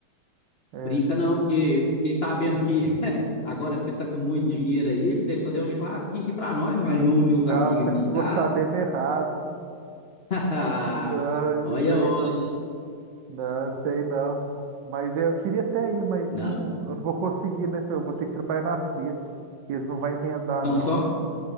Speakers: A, on the right (about 75°); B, on the left (about 40°).
A: É,
B: brinca não, porque fiquei sabendo que <laughs> agora você tá com muito dinheiro aí pra você fazer um churrasquinho aqui pra nós. Nós
A: n-
B: reunimos
A: não,
B: os amigos
A: você
B: aqui
A: ficou
B: em casa.
A: sabendo errado.
B: <laughs>
A: Não,
B: Olha,
A: isso aí
B: olha.
A: não. Não, não tem não. Mas é, eu queria até ir, mas
B: Não,
A: não, eu não vou conseguir, né? Eu vou ter que trabalhar na sexta. Eles não vão emendar,
B: então
A: não.
B: só,